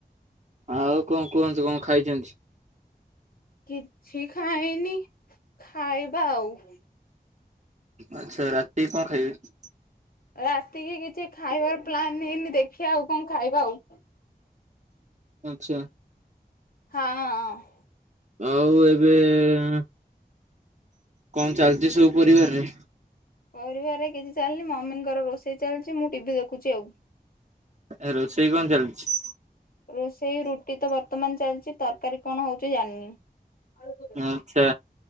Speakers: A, on the right; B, on the left.
A: ଆଉ କଣ କୁହନ୍ତୁ, କଣ ଖାଇଚନ୍ତି।
B: କିଛି ଖାଇନି ଖାଇବା ଆଉ
A: ଆଛା ରାତି କି କଣ ଖାଇବେ
B: ରାତିକି କିଛି ଖାଇବାର ପ୍ଲାନ୍ ହେଇନି ଦେଖିବା ଆଉ କଣ ଖାଇବା ଆଉ
A: ଆଚ୍ଛା।
B: ହଁ ଅଁ ଅଁ।
A: ଆଉ ଏବେ ଏଁ କଣ୍ ଚାଲଚି ସବୁ ପରିବାର୍ ରେ?
B: ପରିବାର୍ ରେ କିଛି ଚାଲନି ମମିଙ୍କର ରୋଷେଇ ଚାଲିଚି ମୁ ଟିଭି ଦେଖୁଚି ଆଉ।
A: ଆ ରୋଷେଇ କଣ ଚାଲଛି?
B: ରୋଷେଇ ରୁଟି ତ ବର୍ତ୍ତମାନ୍ ଚାଲଚି ତରକାରୀ କଣ ହଉଚି ଜାଣିନି? ହଁ
A: ଆଚ୍ଛା